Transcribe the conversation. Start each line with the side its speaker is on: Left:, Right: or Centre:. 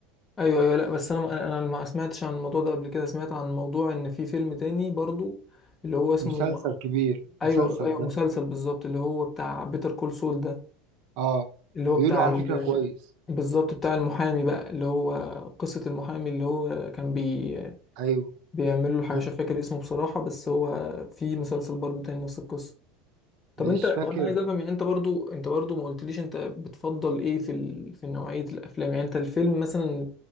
Left: ايوه ايوه لا بس انا انا ما سمعتش عن الموضوع ده قبل كده سمعت عن موضوع ان في فيلم تاني برضو اللي هو اسمه
Right: مسلسل كبير
Left: ايوه
Right: مسلسل
Left: ايوه
Right: ده
Left: مسلسل بالظبط اللي هو بتاع بيتر كول سول ده
Right: اه
Left: اللي هو
Right: بيقولوا
Left: بتاع
Right: على
Left: ال-
Right: فكرة كويس
Left: بالظبط بتاع المحامي بقى اللي هو قصة المحامي اللي هو كان بي
Right: ايوه
Left: بيعمل له حاجة
Right: لا،
Left: مش فاكر اسمه بصراحة بس هو في مسلسل برضو تاني نفس القصة طب
Right: مش
Left: انت طب
Right: فاكر
Left: انا عايز افهم يعني انت برضو انت برضو ما قلتليش انت بتفضل ايه في ال... في نوعية الافلام يعني انت الفيلم مثلا